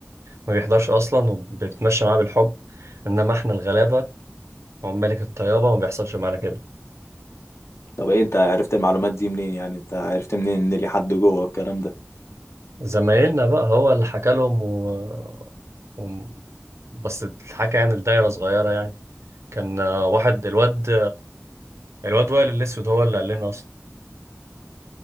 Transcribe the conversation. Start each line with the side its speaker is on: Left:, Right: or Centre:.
Right: ما بيحضرش اصلا وبيتمشى معاه بالحب انما احنا الغلابه وملك الطيابه ما بيحصلش معانا كده
Left: طب ايه انت عرفت المعلومات دي منين يعني انت عرفت منين ان لي حد جوه والكلام ده
Right: زمايلنا بقى هو اللي حكى لهم و... و... بس الحكى يعني الدايرة صغيرة يعني كان آه، واحد الواد الواد وائل الأسود هو اللي قال لنا أصلا